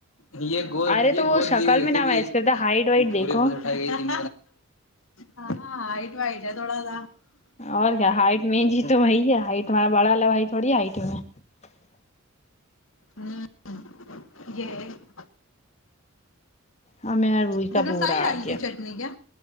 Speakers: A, on the left; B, on the left.
A: یہ
B: ارے
A: یہ
B: تو وہ
A: گود
B: شکل
A: لی ہوے
B: میں نہ میچ
A: بھی
B: کرتا ہائٹ وائٹ دیکھو
A: پورےٹائی گئی <unintelligible> و <unintelligible> جی <inaudible> ہاں ہاں آئیٹو وئیٹ ہے تووڑا لا <unintelligible>
B: اور کیا ہائٹ <unintelligible> می تو وہی ہے ہائٹ ما بڑا ل بھائی تھوڑی ہائٹ میں <unintelligible>
A: ہاں <unintelligible> یہ <unintelligible>
B: اور میرا روئی کا
A: پ
B: بورا
A: سائی ڈالی
B: آ گیا
A: تھی چٹنی کیا